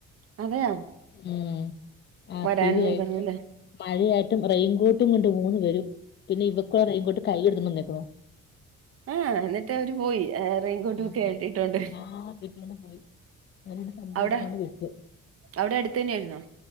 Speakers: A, on the right; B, on the left.
A: അതെയാ
B: ഉം ആക്ടിവായിട്ട്
A: വരാനന്നും പറഞ്ഞില്ലേ
B: മഴയായിട്ടും റെയിൻകോട്ടും കൊണ്ട് മൂന്ന് പേരും പിന്നെ ഇവക്കൊ റെയിൻകോട്ട് കൈയെടുത്ത് കൊണ്ട് വന്നേക്കുന്നു
A: ഏഹ് ഹേ, എന്നിട്ട് അവര് പോയി, ഏ റെയിൻകോട്ടും
B: ആഹ്
A: ഒക്കെ ആയി ഇട്ടോണ്ട്.
B: ആ ഇട്ടോണ്ട് പോയി അവരോട് സഞ്ചായപ്പ
A: ഔടെ
B: കൊണ്ട് വിട്ടു
A: ഔടെ അടുത്തെന്നെയിരുന്നോ